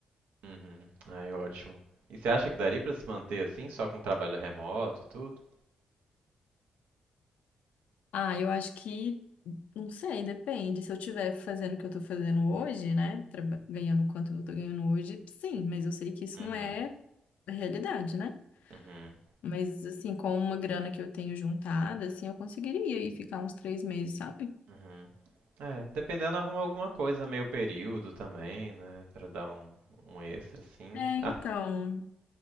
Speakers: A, on the right (about 85°); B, on the left (about 80°).
A: Uhum. Ai, ótimo. E você acha que daria pra se manter assim, só com trabalho remoto e tudo?
B: Ah, eu acho que, não sei, depende. Se eu estiver fazendo o que eu tô fazendo hoje, né? traba- Ganhando o quanto eu tô ganhando hoje, sim, mas eu sei que isso
A: Uhum.
B: não é a realidade, né?
A: Uhum.
B: Mas, assim, com uma grana que eu tenho juntada, assim, eu conseguiria ir ficar uns três meses, sabe?
A: Uhum. É, dependendo arruma alguma coisa, meio período também, né? Pra dar um, um extra, assim.
B: É, então,
A: Ah,